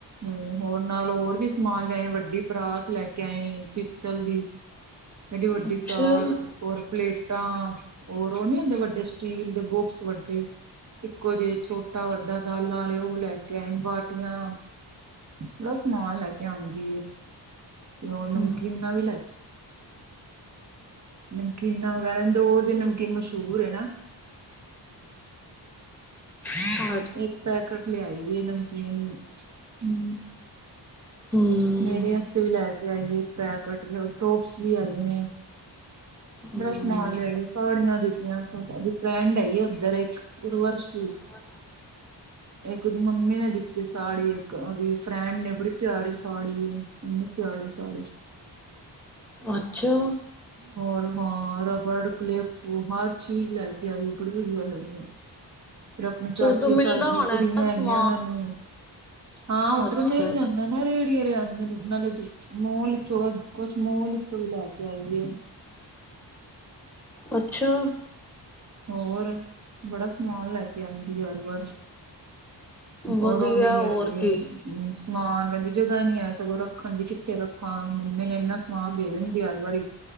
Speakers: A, on the right (about 40°); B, in the centre.
A: ਹਮ ਹੋਰ ਨਾਲ ਹੋਰ ਵੀ ਸਮਾਨ ਲੈਏ ਵੱਡੀ ਪਰਾਤ ਲੈ ਕੇ ਆਏ ਪਿੱਤਲ ਦੀ। ਐਡੀ ਵੱਡੀ
B: ਅੱਛਾ
A: ਪਰਾਤ
B: ਅੱਛਾ
A: ਹੋਰ ਪਲੇਟਾਂ ਹੋਰ ਉਹ ਨੀ ਹੁੰਦੇ ਵੱਡੇ ਸਟੀਲ ਦੇ ਬੋਕਸ ਵੱਡੇ ਇੱਕੋ ਜਿਹੇ ਛੋਟਾ ਵੱਡਾ ਦਾਲਾਂ ਵਾਲੇ ਉਹ ਲੈ ਕੇ ਆਏਣ ਬਾਟੀਆਂ ਬੜਾ ਸਮਾਨ ਲੈ ਕੇ ਆਉਂਦੀ ਤੇ ਉਹ ਨਮਕੀਨਾਂ
B: ਹਮ
A: ਵੀ ਲੈ ਨਮਕੀਨਾਂ ਵਗੈਰਾ ਇੰਦੌਰ ਦੀ ਨਮਕੀਨ ਮਸ਼ਹੂਰ ਹੈ ਨਾ।
B: ਹਾਂ।
A: ਇੱਕ ਪੈਕੇਟ ਲਿਆਈ ਵੀਈ ਨਮਕੀਨ ਹਮ।
B: ਹਮ
A: ਮੇਰੇ ਵਾਂਸਤੇ ਵੀ ਲੈ ਕੇ ਆ ਪੈਕਟ ਟੋਪਸ ਵੀ ਹੈਗੇ ਨੇ।
B: ਹਮ
A: ਬੜਾ ਸਮਾਨ ਲਿਆ ਸਾੜੀਆਂ ਦਿੱਤੀਆਂ ਫਰੈਂਡ ਹੈ ਉੱਧਰ ਇੱਕ ਉਰਵਸ਼ੀ।
B: ਵ।
A: ਇੱਕ ਉਹਦੀ ਮੰਮੀ ਨੇ ਦਿੱਤੀ ਸਾੜੀ ਇੱਕ ਉਹਦੀ ਫਰੈਂਡ ਨੇ ਬੜੀ ਪਿਆਰੀ ਸਾੜੀ ਕਿੰਨੀ ਪਿਆਰੀ ਸਾੜੀ
B: ਅੱਛਾ।
A: ਹੋਰ ਹਾਂ ਰਬੜ ਕਲਿੱਪ ਹਰ ਚੀਜ਼ ਲੈ ਕੇ ਆਈ ਬੜੀ ਵਧੀਆ ਸਾਨੂੰ ਫੇਿਰ ਆਪਣੇ ਚਾਚੀ
B: ਜਦੋਂ ਮਿਲਦਾ
A: ਸੱਸ ਦੀਆ
B: ਹੋਣਾ
A: ਕੁੜੀਆਂ
B: ਨਾ ਸਮਾਨ
A: ਹੈਗੀਆਂ ਉਹਨਾਂ ਨੂੰ ਵੀ ਹਾਂ ਉਧਰੋਂ
B: ਅੱਛਾ
A: ਮਿਲ ਜਾਂਦਾ ਨਾ ਰੇੜੀ ਵਾਲਿਆਂ ਕੋਲੋਂ ਮਾਲ ਕੁਛ ਮਾਲ ਚੋਂ ਵੀ ਲੈ ਕੇ ਆਂਦੀ ਹੈ।
B: ਅੱਛਾ।
A: ਹੋਰ ਬੜਾ ਸਮਾਨ ਲੈ ਕੇ ਆਉਂਦੀ ਹਰ ਵਾਰ।
B: ਵਧੀਆ
A: ਔਰ ਓਹ ਵੀ ਲਿਆਈਏ।
B: ਹੋਰ ਕੀ
A: ਹਮ ਸਮਾਨ ਕਹਿੰਦੀ ਜਗ੍ਹਾ ਨੀ ਆ ਸਗੋਂ ਰੱਖਣ ਦੀ ਕਿੱਥੇ ਰੱਖਾਂ ਮੰਮੀ ਨੇ ਇਨਾ ਮਾਂ ਦੇ ਦਿੰਦੀ ਹਰ ਵਾਰੀ